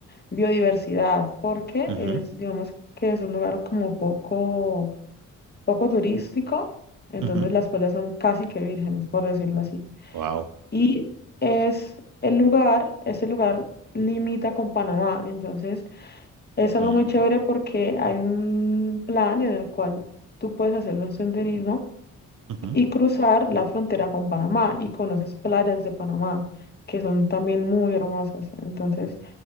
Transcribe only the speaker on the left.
biodiversidad, porque
es, digamos que es un lugar como poco, poco turístico, entonces
las playas son casi que vírgenes, por decirlo así.
Y es el lugar, ese lugar limita con Panamá, entonces es algo
muy chévere porque hay un plan en el cual tú puedes hacer un senderismo
y cruzar la frontera con Panamá y conoces playas de Panamá que son también muy hermosas. Entonces,